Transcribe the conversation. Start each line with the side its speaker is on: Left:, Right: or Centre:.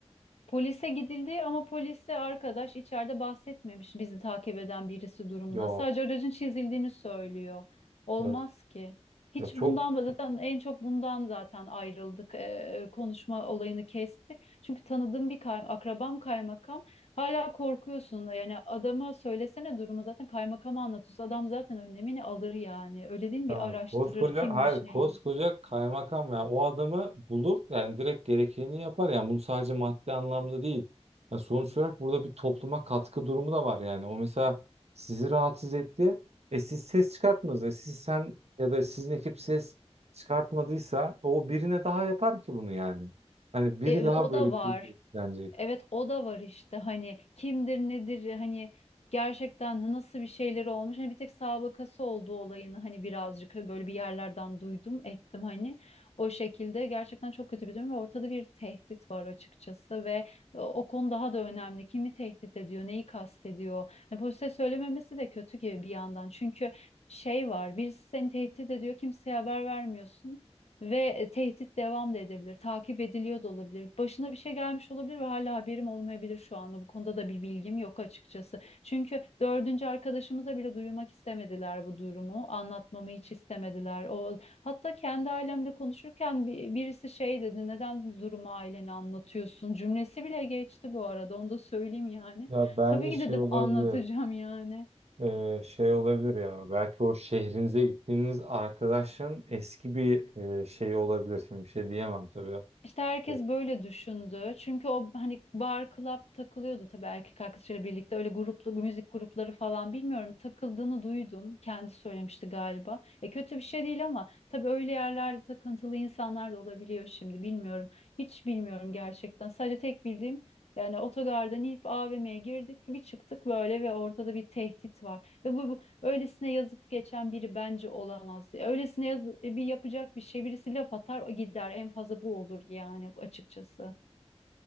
Left: Polise gidildi ama polise arkadaş içeride bahsetmemiş bizi takip eden birisi durumuna.
Right: Ya,
Left: Sadece aracın çizildiğini söylüyor. Olmaz
Right: ya,
Left: ki. Hiç
Right: ya çok
Left: bundan zaten en çok bundan zaten ayrıldık. Ee, e, konuşma olayını kestik. Çünkü tanıdığım bir kay- akrabam kaymakam. Hala korkuyorsun. Yani adama söylesene durumu zaten kaymakama anlatıyorsun. Adam zaten önlemini alır yani. Öyle değil mi?
Right: Ya
Left: Bir araştırır
Right: koskoca
Left: kimmiş
Right: hayır koskoca
Left: neymiş.
Right: kaymakam ya o adamı bulur yani direkt gerekeni yapar yani bunu sadece maddi anlamda değil. Ya sonuç olarak burada bir topluma katkı durumu da var yani o mesela sizi rahatsız etti. E siz ses çıkartmadınız. E siz sen ya da sizin ekip ses çıkartmadıysa o birine daha yapar ki bunu yani. Hani biri
Left: E, e,
Right: daha
Left: o
Right: böyle
Left: da
Right: kötü
Left: var.
Right: etkilenecek.
Left: Evet o da var işte hani kimdir nedir hani gerçekten nasıl bir şeyleri olmuş hani bir tek sabıkası olduğu olayını hani birazcık böyle bir yerlerden duydum ettim hani o şekilde gerçekten çok kötü bir durum ve ortada bir tehdit var açıkçası ve e, o konu daha da önemli kimi tehdit ediyor neyi kastediyor hani polise söylememesi de kötü gibi bir yandan çünkü şey var birisi seni tehdit ediyor kimseye haber vermiyorsun ve e, tehdit devam da edebilir, takip ediliyor da olabilir. Başına bir şey gelmiş olabilir ve hala haberim olmayabilir şu anda. Bu konuda da bir bilgim yok açıkçası. Çünkü dördüncü arkadaşımıza bile duyurmak istemediler bu durumu. Anlatmamı hiç istemediler. O, hatta kendi ailemle konuşurken bi- birisi şey dedi, neden bu durumu ailene anlatıyorsun? Cümlesi bile geçti bu arada, onu da söyleyeyim yani.
Right: Ya bence
Left: Tabii ki
Right: şey
Left: dedim
Right: olabilir.
Left: anlatacağım yani.
Right: Ee, şey olabilir ya belki o şehrinize gittiğiniz arkadaşın eski bir e, şeyi olabilir. Şimdi bir şey diyemem tabii.
Left: İşte herkes
Right: O-
Left: böyle düşündü. Çünkü o hani bar club takılıyordu tabii erkek arkadaşıyla birlikte. Öyle gruplu müzik grupları falan bilmiyorum. Takıldığını duydum. Kendi söylemişti galiba. E kötü bir şey değil ama tabii öyle yerlerde takıntılı insanlar da olabiliyor şimdi. Bilmiyorum. Hiç bilmiyorum gerçekten. Sadece tek bildiğim yani otogardan inip AVM'ye girdik, bir çıktık böyle ve ortada bir tehdit var. Ve bu, bu Öylesine yazıp geçen biri bence olamaz. diye. Öylesine yazı- e, bir yapacak bir şey birisi laf atar gider en fazla bu olur yani açıkçası.